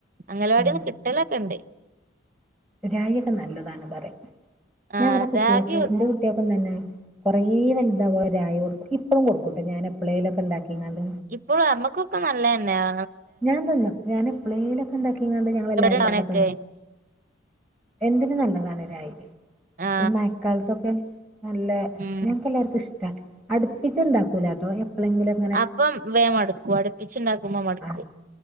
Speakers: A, on the right (about 45°); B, in the centre.
A: അംഗലവാടിയൊക്കെ
B: ഉം
A: കിട്ടലൊക്കെ ഇണ്ട്.
B: രായി ഒക്കെ നല്ലതാണ് പറയാം
A: ആ
B: ഞാൻ ഇവിടെ കുട്ടികൾക്ക്
A: രാഗി
B: എന്റെ കുട്ടിയൾക്കും തന്നെ. കൊറേ വലുതാവോലു രായി കൊടുക്കും ഇപ്പഴും കൊടുക്കുട്ടൊ ഞാൻ എപ്പ്ളേങ്കിലൊക്കെ ഇണ്ടാക്കിങ്ങാണ്ട്.
A: ഇപ്പോഴും അമ്മക്കൊക്കെ നല്ലതന്നെയാ.
B: ഞാൻ തിന്നും ഞാൻ എപ്ളെയിലൊക്കെണ്ടാക്കിങ്ങാണ്ട് ഞങ്ങള് എല്ലാരും
A: അവനൊക്കെ
B: പാടെ തിന്നും. എന്തിന് നല്ലതാണ് രായി
A: ആ
B: ഈ മഴക്കാലത്തൊക്കെ നല്ല.
A: ഉം
B: ഞങ്ങക്ക് എല്ലാർക്കും ഇഷ്ട്ട അടുപ്പിച്ച് ഇണ്ടാക്കൂലട്ടോ എപ്പളങ്കിലൊക്കെ.
A: അപ്പം വേ മട്ക്കൂ അടുപ്പിച്ചുണ്ടാക്കുമ്പോ മട്ക്കും.
B: ആഹ്